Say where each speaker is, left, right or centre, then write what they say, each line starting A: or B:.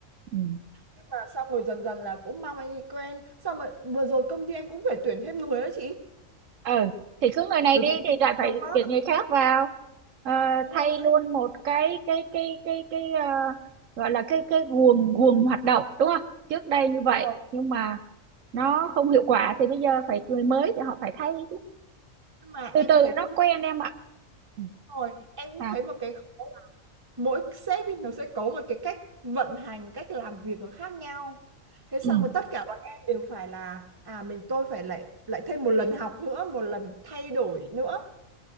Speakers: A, on the right (about 70°); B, on the right (about 20°).
A: ừ.
B: Nhưng mà xong rồi dần dần là cũng mang anh đi quen xong rồi vừa rồi công ty em cũng phải tuyển thêm người đó chị
A: ừ thì cứ người này
B: bởi
A: đi
B: vì
A: thì lại phải
B: nhiều quá
A: tuyển người khác vào Ờ,
B: đúng
A: thay
B: không
A: luôn một cái cái cái cái cái ờ, gọi là cái cái guồng guồng hoạt động đúng không trước đây như vậy
B: Ờ,
A: nhưng mà nó không hiệu quả thì bây giờ phải người mới thì họ phải thay chứ
B: nhưng mà
A: từ
B: em
A: từ
B: thấy
A: nó
B: cũng
A: quen em ạ Ừ.
B: rồi em cũng
A: à,
B: thấy một cái khó là mỗi sếp ý, nó sẽ có một cái cách vận hành cách làm việc nó khác nhau thế xong
A: ừ.
B: rồi tất cả bọn em đều phải là à mình tôi phải lại lại thêm một lần học nữa một lần thay đổi nữa